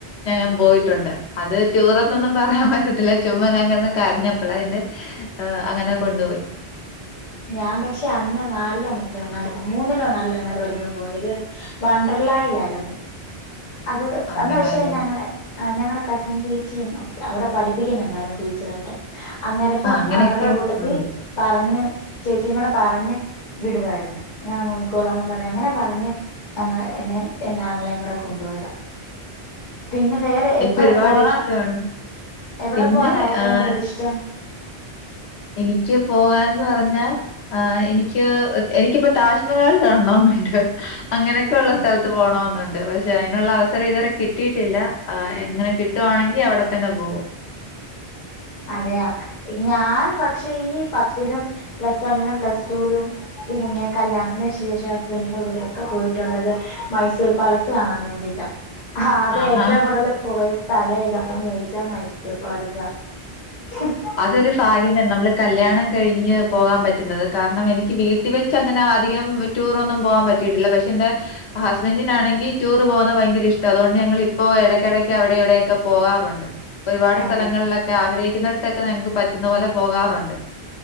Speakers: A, on the left (about 80°); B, on the left (about 50°).
A: ഞാൻ പോയിട്ടുണ്ട് അത് ടൂർ എന്നൊന്നും പറയാൻ പറ്റത്തില്ല ചുമ്മാ ഞാൻ കിടന്ന് കരഞ്ഞപ്പോൾ എന്നെ അങ്ങനെ കൊണ്ടുപോയി
B: ഞാൻ പക്ഷേ അന്നോ നാലോ മറ്റോ എങ്ങാട്ട മൂന്നിലോ നാലിലോ എങ്ങാട്ട് പഠികുമ്പോ പോയത് വണ്ടർലായിലായിരുന്നു അത്
A: അങ്ങനെയല്ലേ.
B: അന്ന് വെച്ചാ ഞങ്ങടെ ആ ഞങ്ങടെ കസിൻ ചേച്ചിയും അവിടെ പഠിപ്പിക്കുന്നുണ്ടായിരുന്നു ടീച്ചറായിട്ട് അന്നേരപ്പം
A: ആഹ് അങ്ങനെയൊക്കെ
B: അവരുടെ കൂട്ടത്തിൽ
A: ഉം.
B: പറഞ്ഞ് ചേച്ചിയും കൂടെ പറഞ്ഞ് വിടുവായിരുന്നു ഞാൻ നോക്കി ക്കോളാംന്ന് പറഞ്ഞു അങ്ങനെ പറഞ്ഞ് ഞങ്ങളെ എന്നെയും എന്റെ ആങ്ങളെയും കൂടെ കൊണ്ടുപോയില്ല പിന്നെ വേറെ
A: എനിക്ക്
B: എപ്പഴാ
A: ഒരുപാട്
B: പോവാൻ
A: ഇഷ്ടാണ്.
B: എവിടെ
A: പിന്നെ
B: പോവാനാണ് ഏറ്റവും
A: ഏഹ്
B: കൂടുതൽ ഇഷ്ടം?
A: എനിക്ക് പോവാൻ എന്ന് പറഞ്ഞാ ആഹ്! എനിക്ക് എനിക്കിപ്പോ താജ്മഹാൽ കാണണന്നുണ്ട് അങ്ങനെയൊക്കെ ഉള്ള
B: ഏഹ്
A: സ്ഥലത്ത് പോണമെന്നുണ്ട് പക്ഷെ അതിനുള്ള അവസ- സരം ഇതുവരെ കിട്ടിയിട്ടില്ല അങ്ങനെ കിട്ടുവാണെങ്കിൽ അവിടെത്തന്നെ പോകും
B: അതെയ ഞാൻ പക്ഷേ ഈ പത്തിലും പ്ലസ് വണ്ണിലും പ്ലസ് ടുവിലും പിന്നെ കല്യാണത്തിന് ശേഷം ഹസ്ബന്റ് ന്റെ കൂടൊക്കെ ഒക്കെ പോയിട്ടുള്ളത് മൈസൂർ പാലസ് കാണാൻ വേണ്ടിട്ട്
A: <inaudible>
B: ആകെ
A: ആഹാ
B: ഏറ്റവും കൂടുതൽ പോയ സ്ഥലം ഏതാണന്ന് ചോദിച്ചാൽ മൈസൂർ പാലസ ഹും...
A: അതൊരു ഭാഗ്യം തന്നെ നമ്മള് കല്യാണം കഴിഞ്ഞ് പോകാൻ പറ്റുന്നത് കാരണം എനിക്ക് വീട്ട- വീട്ടിൽ വെച്ച് അങ്ങനെ അധികം ടൂർ ഒന്നും പോവാൻ പറ്റിയിട്ടില്ല പക്ഷേ എന്റെ ഹസ്ബന്റ്നാണെങ്കിൽ ടൂർ പോകുന്നത് ഭയങ്കര ഇഷ്ടം അതുകൊണ്ട് ഞങ്ങൾ ഇപ്പോൾ ഇടയ്ക്കിടയ്ക്ക് അവിടെ ഇവിടെയൊക്കെ പോകാറുണ്ട് ഒരുപാട്
B: അതെ
A: സ്ഥലങ്ങളിലൊക്കെ ആഗ്രഹിക്കുന്നിടത്തൊക്കെ ഞങ്ങക്ക് പറ്റുന്ന പോലെ പോകാറുണ്ട്